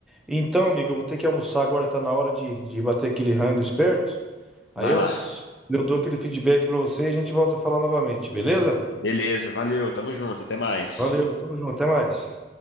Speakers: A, in the centre; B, on the left.
A: Então, amigo, eu vou ter que almoçar agora, tá na hora de, de bater aquele rango esperto. Aí
B: Vai
A: eu,
B: lá.
A: eu dou aquele feedback pra você e a gente volta a falar novamente, beleza?
B: Beleza, valeu, tamo junto, até mais.
A: Valeu, tamo junto, até mais.